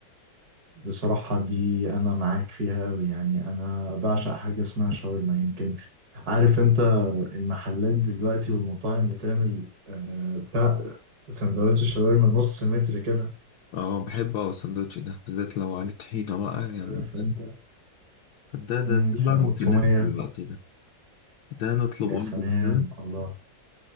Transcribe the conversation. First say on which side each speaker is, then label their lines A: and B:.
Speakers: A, on the right (about 60°); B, on the left (about 70°).
A: بصراحة دي أنا معاك فيها أوي يعني أنا بعشق حاجة اسمها شاورما يمكن عارف أنت المحلات دلوقتي والمطاعم بتعمل آه، بتاع سندوتش الشاورما نص متر كده
B: اه بحب أوي السندوتش ده بالذات لو عليه طحينة بقى يعني
A: عارف أنت
B: طب ده
A: مم،
B: ده ده بقى ممكن
A: وتومية
B: ناكل دلوقتي ده ده نطلب
A: يا
B: أوردر
A: سلام
B: كده
A: الله